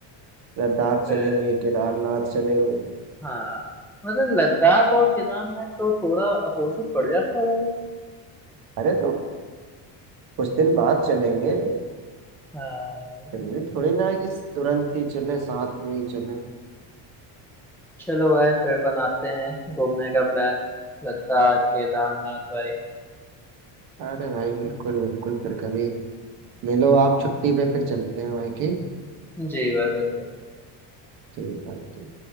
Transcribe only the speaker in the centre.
फिर
हाँ मतलब लद्दाख और केदारनाथ तो थोड़ा अपोजिट पड़ जाता है भाई
हाँ
चलो भाई फिर बनाते हैं घूमने का प्लान लद्दाख केदारनाथ भाई
जी भाई बिल्कुल